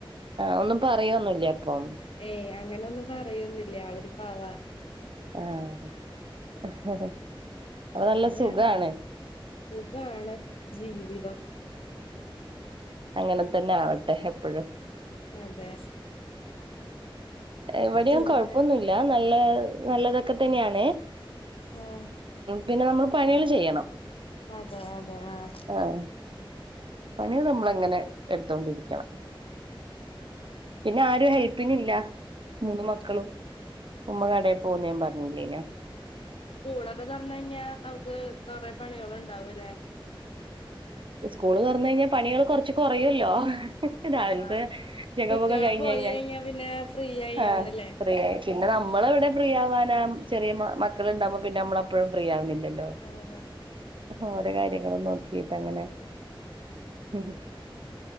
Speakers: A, on the right; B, on the left.
A: ആഹ്ംഒന്നും പറയൊന്നുല്ലേ അപ്പം?
B: ഏയ് അങ്ങനൊന്നും പറയൊന്നുല്ല ആളൊരു പാവാ
A: ആഹ് അപ്പൊ
B: അങ്ങനെയാണ്
A: നല്ല സുഖാണ്
B: സുഖാണ് ജീവിതം.
A: അങ്ങനെ തന്നെ ആവട്ടെ എപ്പഴും.
B: അതെ
A: ഇവിടേം
B: പിന്നെ
A: കൊഴപ്പൊന്നുല്ല. ല്ല നല്ലതൊക്കെ തന്നെയാണ്
B: ആഹ്
A: പിന്നെ നമ്മള് പണികള് ചെയ്യണം.
B: അതെ അതെ ആഹ്.
A: ആഹ് പണി നമ്മളങ്ങനെ എടുതോണ്ടിരിക്കണം. പിന്നെ ആരും ഹെൽപ്പിനില്ല മൂന്ന് മക്കളും
B: ആഹ്
A: ഉമ്മ
B: ഉം
A: കടെ പോവുംന്ന് ഞാൻ പറഞ്ഞില്ലെയ്നോ.
B: സ്കൂളൊക്കെ തൊർന്ന് കഴിഞ്ഞാ നമുക്ക് കൊറെ പണികള് ഇണ്ടാവൂല്ലേ?
A: സ്കൂള് തൊറന്നഴിഞ്ഞാ പണികൾ കൊറച്ച് കൊറയൊല്ലോ. രാവിൽത്തെ
B: ആഹ്
A: ജഗ
B: കുട്ടികള്
A: പൊക കഴിഞ്ഞ്
B: പോയി
A: കഴിഞ്ഞാ
B: പിന്നെ ഫ്രീ ആയിന്നല്ലേ
A: ആഹ് ഫ്രീയായി. പിന്നെ നമ്മളെവിടെ ഫ്രീ ആവാനാ ചെറിയ മക്കള്ണ്ടാവുമ്പൊ പിന്നെ നമ്മളെപ്പഴും ഫ്രീ ആവുന്നില്ലല്ലോ.
B: ആഹ് അതാണ്
A: ഓരെ കാര്യങ്ങളും നോക്കിട്ട് അങ്ങനെ മ്